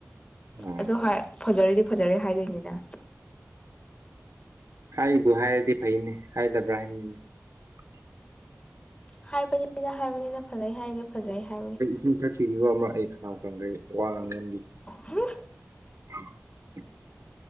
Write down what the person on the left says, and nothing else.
ꯑꯗꯨ ꯍꯥꯏ ꯐꯖꯔꯗꯤ ꯐꯖꯔꯦ ꯍꯥꯏꯗꯣꯏꯅꯤꯅ
ꯍꯥꯏꯕꯅꯤꯗꯥ ꯍꯥꯏꯕꯅꯤꯗꯥ ꯐꯖꯩ ꯍꯥꯏꯗꯤ ꯐꯖꯩ ꯍꯥꯏꯕꯅꯤ
<unintelligible>